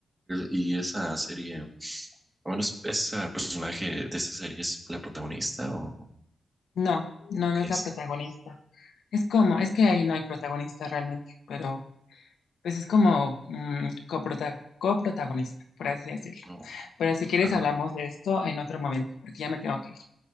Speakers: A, on the right; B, on the left.
A: Y esa serie, bueno, es- esa personaje de esa serie es la protagonista o,
B: No, no,
A: o qué
B: no es
A: es?
B: la protagonista. Es como, es que ahí no hay protagonista realmente, pero Pues es como mm, coprota- coprotagonista, por así decirlo.
A: No.
B: Pero si quieres
A: Ah,
B: hablamos de esto en otro momento, porque ya me tengo que ir.